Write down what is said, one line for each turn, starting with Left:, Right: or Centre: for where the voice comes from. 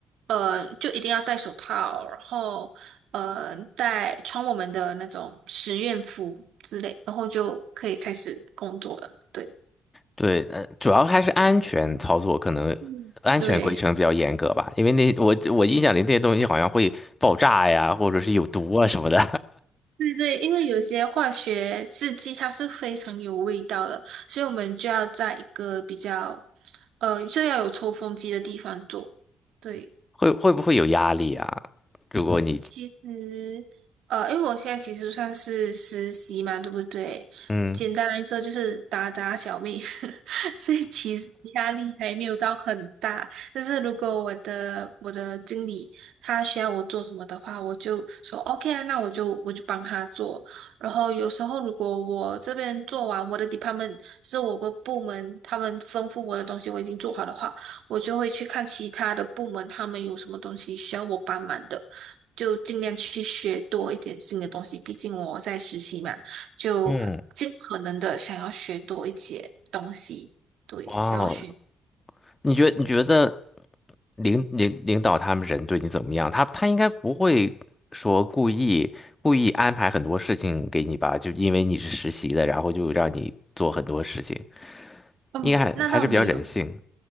Right: 呃就一定要戴手套，然后呃戴穿我们的那种实验服之类，然后就可以开始工作了。对。
Left: 对，呃，主要还是安全操作，可能安全规程比较严格吧，
Right: 嗯，对，
Left: 因为那我我印象里那些东西好像会爆炸呀，或者是有毒啊什么的，
Right: 对对，因为有些化学试剂它是非常有味道的，所以我们就要在一个比较，呃，就要有抽风机的地方做。对。
Left: <laughs> 会会不会有压力啊？如果你
Right: 其实，呃，因为我现在其实算是实习嘛，对不对？
Left: 嗯
Right: 简单来说就是打杂小妹，<laughs> 所以其实压力还没有到很大。但是如果我的我的经理他需要我做什么的话，我就说 OK 啊，那我就我就帮他做。然后有时候如果我这边做完我的 department，就是我的部门，他们吩咐我的东西我已经做好的话，我就会去看其他的部门他们有什么东西需要我帮忙的。就尽量去学多一点新的东西，毕竟我在实习嘛，就尽可能的想要学多一些东西，
Left: 嗯。
Right: 对，
Left: 哦，
Right: 想要学。
Left: 你觉你觉得领领领导他们人对你怎么样？他他应该不会说故意故意安排很多事情给你吧？就因为你是实习的，然后就让你做很多事情，
Right: 嗯，
Left: 应该还还是比较人性。
Right: 那倒没有。